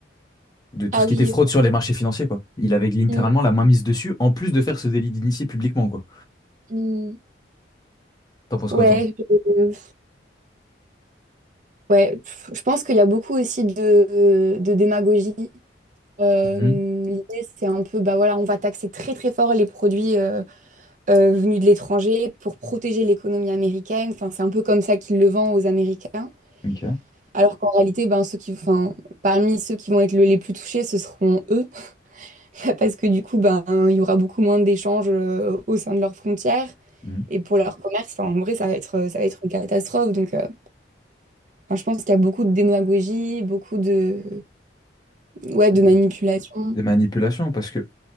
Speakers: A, on the left; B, on the right.
A: de tout
B: Ah
A: ce qui
B: oui,
A: était fraude
B: ouais.
A: sur les marchés financiers quoi. Il avait littéralement
B: Mm,
A: la main mise dessus en plus de faire ce délit d'initié publiquement quoi.
B: mm.
A: T'en penses
B: Ouais,
A: quoi toi?
B: je, ouais, pff, je pense qu'il y a beaucoup aussi de, de démagogie. Euh,
A: Mhm.
B: l'idée, c'est un peu, bah voilà, on va taxer très très fort les produits euh, euh, venus de l'étranger pour protéger l'économie américaine. Enfin, c'est un peu comme ça qu'ils le vendent aux Américains.
A: Ok.
B: Alors qu'en réalité, ben, ceux qui, enfin, parmi ceux qui vont être le- les plus touchés, ce seront eux. <laughs> Parce que du coup, ben, il y aura beaucoup moins d'échanges euh, au sein de leurs frontières.
A: Mhm.
B: Et pour leur commerce, enfin, en vrai, ça va être, ça va être une catastrophe. Donc, euh, Enfin, je pense qu'il y a beaucoup de démagogie, beaucoup de, ouais,
A: De-
B: de manipulation.
A: De manipulation parce que